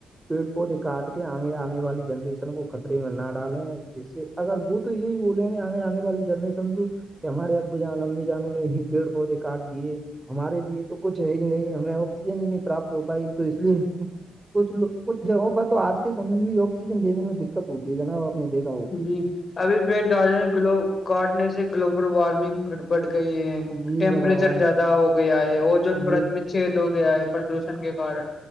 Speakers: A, on the right; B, on the left.
A: پیڑ پودے کاٹ کے آگے آنے والی جنریشن کو خطرے میں نہ ڈالیں جس سے اگر وہ تو یہی بولیں گے آ آنے والی جنریشن جو کہ ہمارے ابو جان امی جانوں نے ہی پیڑ پودے کاٹ دیے ہمارے لیے تو کچھ ہے ہی نہیں ہمیں آکسیجن ہی نہیں پراپت ہو پائی تو اس لیے کچھ کچھ جگہوں پر تو آج کے سے بھی آکسیجن لینے میں دقت ہوتی ہے جنا وہ اپنے د
B: جی ابھی پیٹ گاڑ میں کاٹنے سے گلوبل وارمنگ بٹ گئی ہے
A: جی
B: ٹیمپریچر
A: جناب ہاں
B: زیادہ ہو گیا ہے اوجون پرت
A: جی
B: میں چھید ہو گیا ہے پردوشن کے کارن